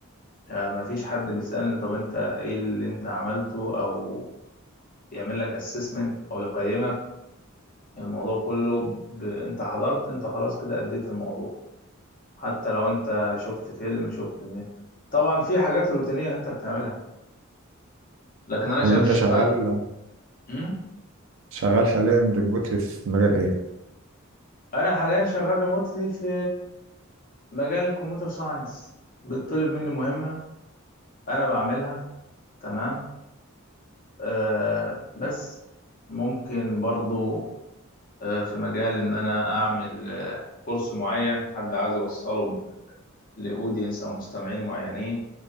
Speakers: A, on the left; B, on the right.
A: آه، مفيش حد بيسألني طب انت ايه اللي انت عملته او يعمل لك assessment او يقيمك الموضوع كله ب... انت حضرت انت خلاص كده اديت الموضوع حتى لو انت شفت فيلم شفت م... طبعا في حاجات روتينية انت بتعملها لكن انا
B: طب
A: شافش
B: أنت شغال
A: انا م?
B: شغال حاليا ريموتلي في مجال إيه
A: انا حاليا شغال ريموتلي في مجال الكمبيوتر ساينس بتطلب مني مهمة انا بعملها تمام آه بس ممكن برضو آه، في مجال ان انا اعمل آه، كورس معين حد عايز يوصله لاودينس او مستمعين معينين